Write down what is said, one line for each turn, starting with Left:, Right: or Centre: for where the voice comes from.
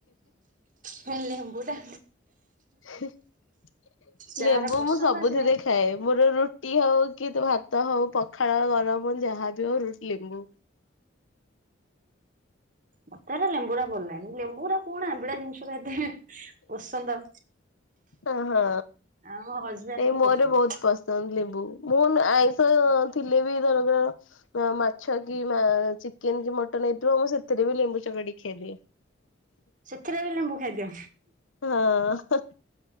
Right: ହୁଁ ଲେମ୍ବୁ ଟା।
Left: <unintelligible>
Right: ଯାହାର
Left: ଲେମ୍ବୁ
Right: ପସନ୍ଦ
Left: ମୁଁ ସବୁଥିରେ
Right: ସେ
Left: ଖାଏ। ମୋର ରୁ ଟି ହଉ କି ଭାତ ହଉ ପଖାଳ ଗରମ ଯାହାବି ହଉ ରୁ ଲେମ୍ବୁ
Right: ମତେରା ଲେମ୍ବୁଡା ଭଲ ଲାନି ଲେମ୍ବୁଡା କଣ ଆମ୍ବିଡା ଜିନିଷରା ଏତେ ହେଁ ପସନ୍ଦ
Left: ହ ହଁ
Right: ଆମ ହଜବେଣ୍ଡ
Left: ଏଇ
Right: କୁ
Left: ମୋର
Right: ପସନ୍ଦ
Left: ବହୁତ ପସନ୍ଦ ଲିମ୍ବୁ ମୁଁ ନା ଆଇଁଷ ଥିଲେ ବି ଧରର ମାଛ କି ମା ଚିକେନ କି ମଟନ ହେଇଥିବ। ମୁଁ ସେଥିରେ ବି ଲେମ୍ବୁ ଚକଡି ଖେଦିଏ।
Right: ସେଥିରେ ବି ଲେମ୍ବୁ ଖାଇଦିଅ।
Left: ହଁ